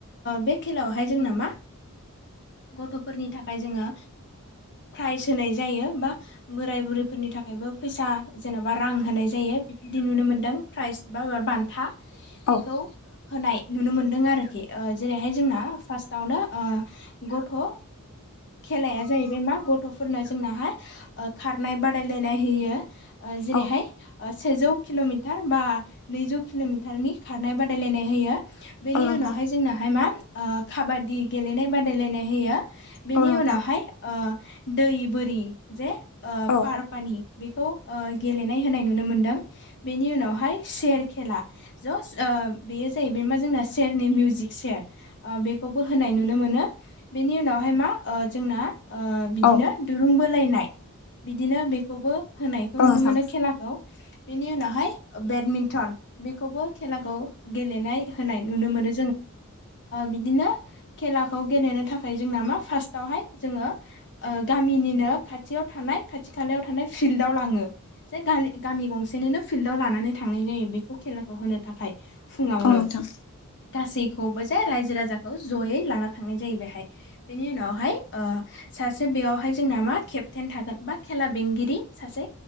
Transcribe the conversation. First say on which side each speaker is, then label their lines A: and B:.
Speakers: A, on the left; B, on the left.
A: बे खेलायावहाय जोंना मा गथ'फोरनि थाखाय जोङो प्राइज होनाय जायो बा बोराय बुरैफोरनि थाखायबो फैसा जेनेबा रां होनाय जायो बेबायदि नुनो मोनदों प्राइज बा बान्था बेखौ
B: औ
A: होनाय नुनो मोनदों आरोखि जेरैहाय जोंना फार्स्टावनो गथ' खेलाया जाहैबाय मा गथ'फोरनो जोंनाहाय खारनाय बादायलायनाय होयो जेरैहाय
B: औ
A: सेजौ किल मिटार बा नैजौ किल मिटारनि खारनाय बादायलायनाय होयो बेनि
B: औ नोंथां
A: उनावहाय जोंनाहाय मा काबादि गेलेनाय बादायलायनाय होयो बेनि
B: औ नोंथां
A: उनावहाय दै बोरि जे
B: औ
A: पारपानि बेखौ गेलेनाय होननाय नुनो मोनदों बेनि उनावहाय सेर खेला ज बेयो ज बे मा जोंना सेरनि मिउजिक सेर बेखौबो होनाय नुनो मोनो बेनि उनावहाय मा जोंना बिदिनो
B: औ
A: दुरुं बोलायनाय बिदिनो बेखौबो होनायखौ
B: औ
A: नुनो
B: नोंथां
A: मोनो खेलाखौ बेनि उनावहाय बेडमिन्टन बेखौबो खेलाखौ गेलेनाय होनाय नुनो मोनो बिदिनो खेलाखौ गेलेनो थाखाय जोंना मा फार्स्ट थावहाय जोङो गामिनिनो खाथियाव थानाय खाथि खालायाव थानाय फिल्डआव लाङो जे गामि गंसेनिनो फिल्डाव लानानै थांनाय जायो बेखौ खेलाखौ होनो थाखाय फुङावनो
B: औ नोंथां
A: गासै खौबो जे रायजो राजाखौ जयै लाना थांनाय जायो बेहाय बेनि उनाव सासे बेयावहाय जोंना मा केपटेन थागोन बा खेला बेंगिरि सासे